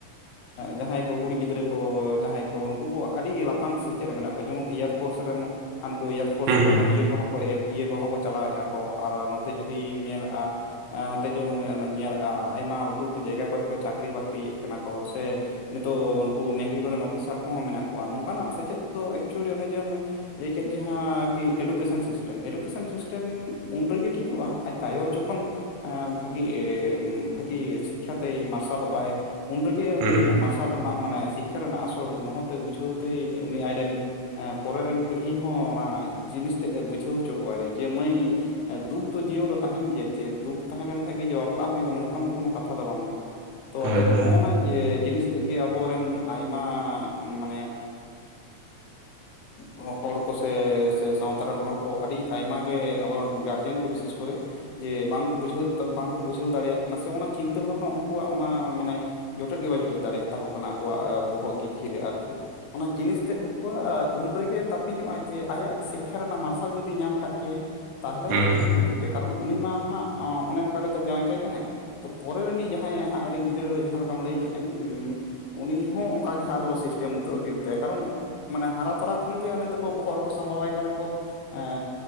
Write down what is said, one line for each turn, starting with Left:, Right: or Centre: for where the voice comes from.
Left: ᱡᱟᱦᱟᱸᱭ ᱠᱚ ᱠᱩᱲᱤ ᱜᱤᱫᱽᱨᱟᱹ ᱠᱚ ᱡᱟᱦᱟᱸᱭ ᱠᱚ ᱠᱩ ᱠᱚ ᱟᱹᱰᱤ ᱞᱟᱯᱷᱟᱝ ᱥᱮᱪᱮᱫ ᱨᱮ ᱢᱮᱱᱟᱜ ᱠᱚᱣᱟ ᱡᱚᱢᱚᱱ ᱮᱭᱟᱨ ᱯᱷᱳᱨᱥ ᱨᱮᱱ ᱦᱟᱱᱠᱩ ᱮᱭᱟᱨ ᱯᱷᱳᱨᱥ
Right: ᱦᱩᱸ
Left: ᱨᱮᱱ ᱤᱭᱟᱹ ᱠᱚᱦᱚᱸ ᱠᱚ ᱤᱭᱟᱹ ᱠᱚᱦᱚᱸ ᱠᱚ ᱪᱟᱞᱟᱣᱮᱜ-ᱟ ᱠᱚ ᱟᱨ ᱱᱚᱛᱮ ᱡᱩᱫᱤᱢ ᱧᱮᱞᱟᱜ-ᱟ ᱮᱸ ᱱᱚᱛᱮ ᱡᱚᱢᱚᱱ ᱧᱮᱞ ᱟᱭᱢᱟ ᱞᱟᱹᱴᱩ ᱞᱟᱹᱴᱩ ᱡᱟᱭᱜᱟ ᱠᱚᱨᱮ ᱠᱚ ᱪᱟᱹᱠᱨᱤ ᱵᱟᱹᱠᱨᱤᱭᱮᱫ ᱠᱟᱱᱟ ᱠᱚ ᱥᱮ ᱱᱮᱛᱳᱜ ᱩᱱᱠᱩ ᱱᱮᱵᱷᱤ ᱠᱚᱨᱮᱱ ᱚᱯᱷᱤᱥᱟᱨ ᱠᱚᱦᱚᱸ ᱢᱮᱱᱟᱜ ᱠᱚᱣᱟ ᱱᱚᱝᱠᱟᱱᱟᱜ ᱥᱮᱪᱮᱫ ᱫᱚ ᱮᱠᱪᱩᱭᱞᱤ ᱚᱱᱮ ᱡᱮ ᱞᱟᱹᱭ ᱠᱮᱫ ᱡᱟᱦᱟᱸ ᱠᱤ ᱮᱰᱩᱠᱮᱥᱮᱱ ᱥᱤᱥᱴᱮᱢ ᱮᱰᱩᱠᱮᱥᱮᱱ ᱥᱤᱥᱴᱮᱢ ᱩᱱ ᱨᱮᱜᱮ ᱴᱷᱤᱠᱚᱜ-ᱟ ᱟᱡ ᱟᱭᱳ ᱡᱚᱠᱷᱚᱱ ᱮᱸ ᱵᱷᱟᱹᱜᱤ ᱵᱷᱟᱹᱜᱤ ᱥᱤᱠᱷᱟᱛᱮᱭ ᱢᱟᱨᱥᱟᱞᱚᱜᱟᱭ᱾ ᱩᱱᱨᱮᱜᱮ
Right: ᱦᱩᱸ
Left: ᱩᱱᱤ ᱢᱟᱨᱥᱟᱞ ᱨᱮᱱᱟᱜ ᱢᱟᱱᱮ ᱥᱤᱠᱷᱟ ᱨᱮᱱᱟᱜ ᱟᱥᱚᱞ ᱢᱚᱦᱚᱛᱮ ᱵᱩᱡᱷᱟᱹᱣ ᱛᱮ ᱩᱱᱤ ᱟᱡᱨᱮᱱ ᱯᱚᱨᱮᱨᱮᱱ ᱯᱤᱲᱦᱤ ᱦᱚᱸ ᱚᱱᱟ ᱡᱤᱱᱤᱥ ᱛᱮᱫᱮ ᱵᱩᱡᱷᱟᱹᱣ ᱦᱚᱪᱚ ᱠᱚᱣᱟᱭ ᱡᱮ ᱢᱟᱹᱭ ᱫᱩᱠ ᱫᱚ ᱡᱤᱭᱚᱱ ᱨᱮ ᱛᱟᱦᱮᱱ ᱜᱮᱭᱟ ᱡᱮ ᱫᱩᱠ ᱛᱟᱦᱮᱸ ᱞᱮᱱᱠᱷᱟᱡ ᱜᱮ ᱡᱮ ᱵᱟᱯᱞᱟᱜ ᱦᱳᱭᱳᱜ-ᱟ ᱱᱚᱝᱠᱟᱱ ᱫᱚ ᱠᱚᱱᱚ ᱠᱟᱛᱷᱟ ᱫᱚ ᱵᱟᱝ ᱠᱟᱱᱟ᱾ ᱛᱚ
Right: ᱦᱳᱭ
Left: ᱟᱫᱚ
Right: ᱦᱳᱭ
Left: ᱱᱚᱜᱚᱱᱟ ᱡᱮ ᱡᱤᱱᱤᱥ ᱛᱮᱫ ᱜᱮ ᱟᱵᱚᱨᱮᱱ ᱟᱭᱢᱟ ᱢᱟᱱᱮ <inaudible> ᱦᱚᱲ ᱠᱚ ᱥᱮ ᱥᱟᱶᱛᱟ ᱨᱮᱱ ᱦᱚᱲ ᱠᱚ ᱟᱹᱰᱤ ᱟᱭᱢᱟ ᱜᱮ ᱟᱵᱚ ᱨᱮᱱ ᱜᱟᱨᱡᱮᱱ ᱠᱚ ᱵᱤᱥᱮᱥ ᱠᱚᱨᱮ ᱡᱮ ᱵᱟᱝ ᱠᱚ ᱵᱩᱡᱷᱟᱹᱣ ᱮᱫ ᱛᱟᱵ ᱥᱮ ᱵᱟᱝ ᱠᱚ ᱵᱩᱡᱷᱟᱹᱣ ᱫᱟᱲᱮᱭᱟᱜ ᱠᱟᱱᱟ ᱥᱮ ᱚᱱᱟ ᱪᱤᱱᱛᱟᱹ ᱵᱷᱟᱵᱱᱟ ᱩᱱᱠᱩᱣᱟᱜ ᱚᱱᱟ ᱢᱟᱱᱮ ᱡᱚᱴᱮᱫ ᱜᱮ ᱵᱟᱭ ᱡᱚᱴᱮᱫ ᱫᱟᱲᱮᱭ ᱟᱛᱟᱠᱚ ᱠᱟᱱᱟ ᱟᱠᱚᱣᱟᱜ ᱵᱚᱦᱚᱜ ᱜᱤᱫᱷᱤᱨᱮ ᱟᱨᱠᱤ ᱚᱱᱟ ᱡᱤᱱᱤᱥ ᱛᱮᱫ ᱩᱱᱠᱩᱣᱟᱜ ᱩᱱᱨᱮᱜᱮ ᱛᱟᱹᱯᱤᱧᱚᱜᱼᱟ ᱡᱮ ᱟᱭᱟᱜ ᱥᱤᱠᱠᱷᱟ ᱨᱮᱱᱟᱜ ᱢᱟᱨᱥᱟᱞ ᱡᱩᱫᱤ ᱧᱟᱢ ᱠᱟᱜ ᱠᱮᱭᱟᱭ ᱛᱟᱦᱚᱞᱮ
Right: ᱦᱩᱸ
Left: ᱠᱷᱟᱱ ᱦᱩᱭ ᱠᱚᱜ ᱠᱮᱭᱟ, ᱠᱟᱨᱚᱱ ᱩᱱᱤ ᱢᱟ ᱦᱟᱸᱜ ᱚᱱᱮ ᱚᱱᱠᱟ ᱠᱟᱛᱮᱜ ᱡᱟᱶᱟᱭ ᱠᱟᱭ ᱠᱟᱱᱟᱭ ᱛᱚ ᱯᱚᱨᱮ ᱨᱮᱱᱤᱡ ᱡᱟᱦᱟᱸᱭ ᱦᱟᱸᱜ ᱟᱡᱨᱮᱱ ᱜᱤᱫᱽᱨᱟᱹ ᱨᱮ ᱡᱟᱦᱟᱸ ᱞᱮᱠᱟᱢ ᱞᱟᱹᱭ ᱠᱮᱫ ᱮᱢ ᱩᱱᱤ ᱦᱚᱸ ᱚᱱᱠᱟ ᱜᱮ ᱦᱟᱸᱜ ᱟᱫᱚ ᱥᱤᱥᱴᱮᱢ ᱫᱚ ᱦᱩᱭᱩᱜ ᱛᱟᱭᱟ ᱠᱟᱨᱚᱱ ᱢᱟᱱᱮ ᱦᱟᱨᱟ ᱛᱚᱨᱟ ᱠᱷᱚᱱ ᱜᱮ ᱩᱱᱤ ᱫᱚᱠᱚ ᱵᱚᱦᱚᱜ ᱨᱮᱠᱚ ᱥᱟᱢᱵᱟᱣᱟᱭ ᱠᱟᱱᱟ ᱠᱚ ᱮᱻ